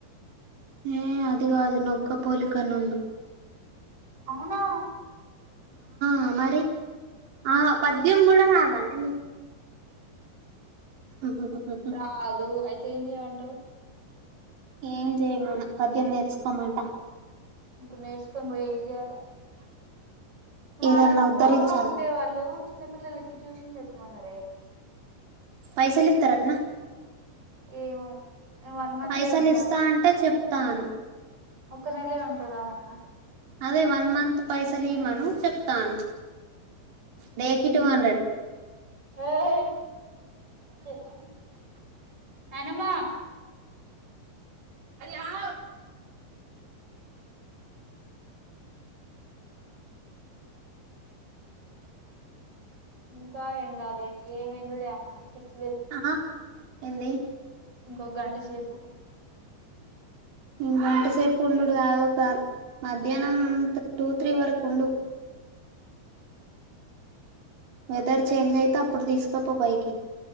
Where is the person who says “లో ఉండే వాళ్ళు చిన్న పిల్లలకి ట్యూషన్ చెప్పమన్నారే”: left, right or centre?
Right